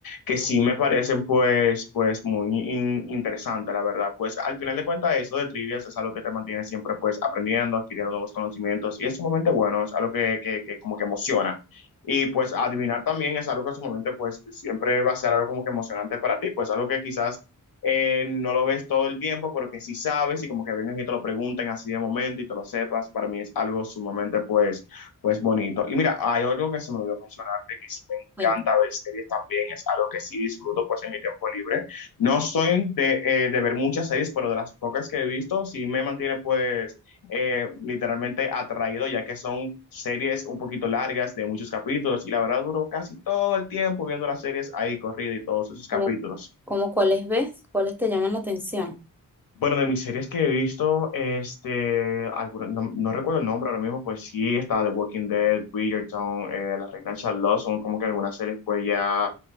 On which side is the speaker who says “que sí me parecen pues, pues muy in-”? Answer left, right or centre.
Left